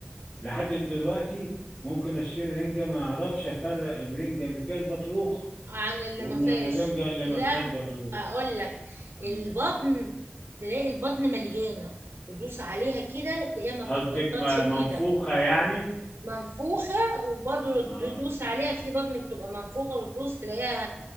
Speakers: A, on the left; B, on the right.
A: لحد دلوقتي ممكن اشتري رنجة ما اعرفش افرق الرنجة اللي فيها البطروخ
B: عن اللي
A: وان
B: ما فيهاش
A: انا الرنجة اللي
B: لا
A: ما فيهاش بطروخ
B: اقول لك البطن
A: يعني
B: تلاقي البطن مليانه تدوس عليها كده تلاقيها ما
A: قصدك
B: بتتبططش
A: ما-
B: في
A: منفوخة
B: ايدك
A: يعني
B: منفوخة وبرضه
A: آه.
B: تدوس عليها في بطن بتبقى منفوخة وتدوس تلاقيها